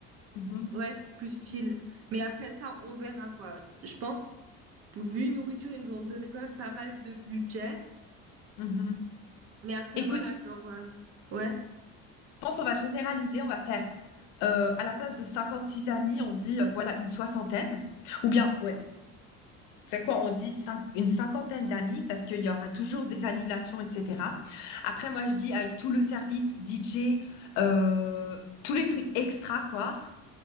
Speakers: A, on the left; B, on the right.
A: Mhm,
B: Ouais, c'est plus chill. Mais après ça, on verra quoi. Je pense, vu nourriture, ils nous ont donné quand même pas mal de budget.
A: mhm.
B: Mais après,
A: Écoute,
B: voilà,
A: je
B: genre. euh, ouais.
A: pense qu'on va généraliser. On va faire, euh, à la place de 56 amis, on dit, euh, voilà, une soixantaine. Ou bien, ouais, C'est quoi, on dit cin- une cinquantaine d'amis parce qu'il y aura toujours des annulations, etc. Après, moi, je dis avec tout le service, DJ, euh, tous les trucs extra, quoi.